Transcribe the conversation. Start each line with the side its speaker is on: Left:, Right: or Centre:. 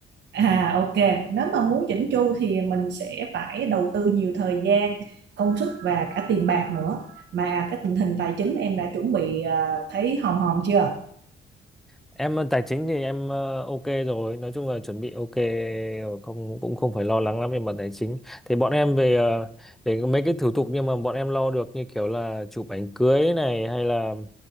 Right: À ok, nếu mà muốn chỉnh chu thì mình sẽ phải đầu tư nhiều thời gian, công sức và cả tiền bạc nữa. Mà cái tình hình tài chính em đã chuẩn bị à, thấy hòm hòm chưa?
Centre: em ờ, tài chính thì em ờ, ok rồi nói chung là chuẩn bị ok rồi, không cũng không phải lo lắng lắm về mặt tài chính thì bọn em về ờ, về mấy cái thủ tục nhưng mà bọn em lo được như kiểu là chụp ảnh cưới này hay là